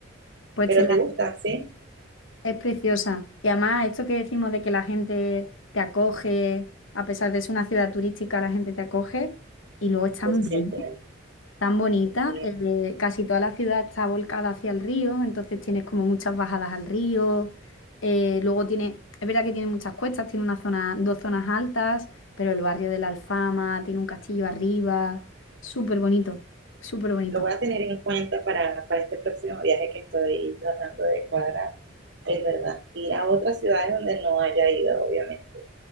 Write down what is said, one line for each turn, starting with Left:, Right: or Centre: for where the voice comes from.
Left: pues
Right: Pero
Left: te la
Right: te gustan, ¿sí?
Left: Es preciosa. Y además, esto que decimos de que la gente te acoge, a pesar de ser una ciudad turística, la gente te acoge. Y luego es tan
Right: Lo siento,
Left: bella,
Right: ¿eh?
Left: tan bonita.
Right: porque
Left: eh, casi toda la ciudad está volcada hacia el río, entonces tienes como muchas bajadas al río. eh, luego tiene, es verdad que tiene muchas cuestas, tiene una zona, dos zonas altas, pero el barrio de la Alfama tiene un castillo arriba. Súper bonito, súper bonito.
Right: lo voy a tener en cuenta para, para este próximo viaje que estoy tratando de cuadrar. Es verdad, ir a otras ciudades donde no haya ido, obviamente,